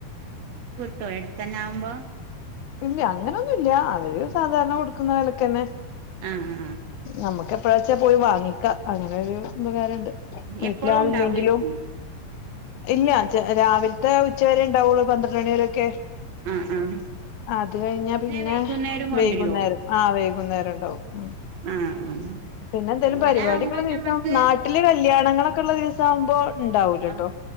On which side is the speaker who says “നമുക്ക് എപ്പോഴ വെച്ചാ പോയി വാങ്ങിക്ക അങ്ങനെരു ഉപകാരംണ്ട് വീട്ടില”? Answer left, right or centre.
Left